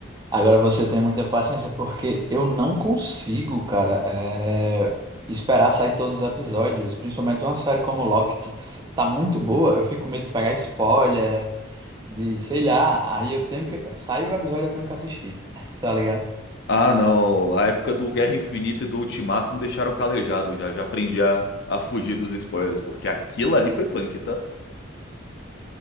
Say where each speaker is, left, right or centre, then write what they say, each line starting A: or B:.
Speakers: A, on the right (about 20°); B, on the left (about 55°).
A: agora você tem muita paciência, porque eu não consigo, cara, é, esperar sair todos os episódios, principalmente uma série como Loki, que s- tá muito boa, eu fico com medo de pegar spoiler, de, sei lá, aí eu tenho que, sai o episódio, eu tenho que assistir, <laughs> tá ligado?
B: Ah, não, a época do Guerra Infinita e do Ultimato me deixaram calejado já, já aprendi a, a fugir dos spoilers, porque aquilo ali foi punk, tá?